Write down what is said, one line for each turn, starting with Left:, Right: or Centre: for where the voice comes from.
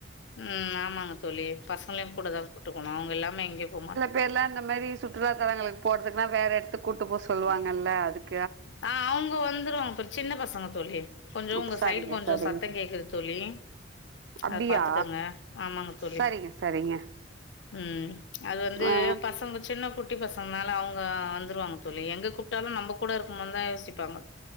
Left: ம் ஆமாங்க தோழி பசங்களையு கூட தா கூட்டுப்போணு அவுங்க எல்லாம எங்கேயு போமாட்டோ
Right: தெர்ல அந்த மாரி சுட் றுலாத்தலங்களுக்கு போறதுக்குன்னா வேற எடத்துக்கு கூட்டு போ சொல்லுவாங்க அதுக்
Left: ஆ அவுங்க வந்துருவாங்க பே சின்ன பசங்க தோழி கொஞ்சோ
Right: அப்
Left: உங்க
Right: சரிங்க
Left: சைடு கொஞ்சோ
Right: சரிங்க
Left: சத்த கேக்குது தோழி
Right: அப்டியா
Left: அத பாத்துக்கங்க ஆமாங்க தோழி
Right: சரிங்க சரிங்க
Left: ம் அது வந்து
Right: ஆ
Left: பசங்க சின்ன குட் ட்டி பசங்கனால அவுங்க வந்துருவாங்க தோழி எங்க கூப்ட்டாலு நம்ம கூட இருக்கனந்தா யோசிப்பாங்க